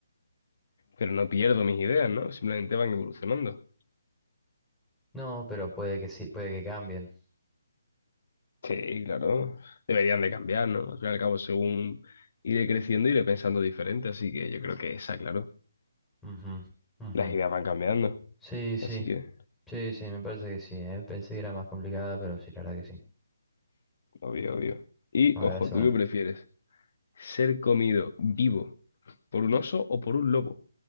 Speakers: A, on the left; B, in the centre.
A: Pero no pierdo mis ideas, ¿no? Simplemente van evolucionando.
B: No, pero puede que sí, puede que cambien.
A: Sí, claro. Deberían de cambiar, ¿no? Al fin y al cabo, según iré creciendo, iré pensando diferente. Así que yo creo que esa, claro.
B: Ujú, ujú.
A: Las ideas van cambiando.
B: Sí, sí,
A: Así que,
B: sí, sí, me parece que sí, ¿eh? Pensé que era más complicada, pero sí, la verdad que sí.
A: obvio, obvio. Y,
B: A
A: ojo,
B: ver, hace
A: ¿tú
B: una.
A: qué prefieres? ¿Ser comido vivo por un oso o por un lobo?